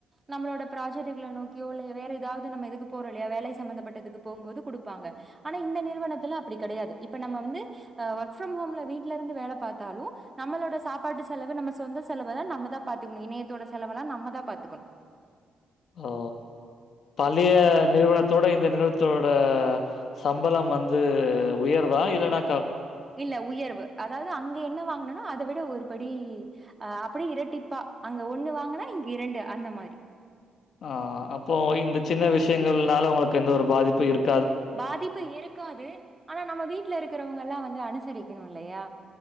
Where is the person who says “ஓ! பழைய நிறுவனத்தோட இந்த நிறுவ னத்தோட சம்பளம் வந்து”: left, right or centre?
Left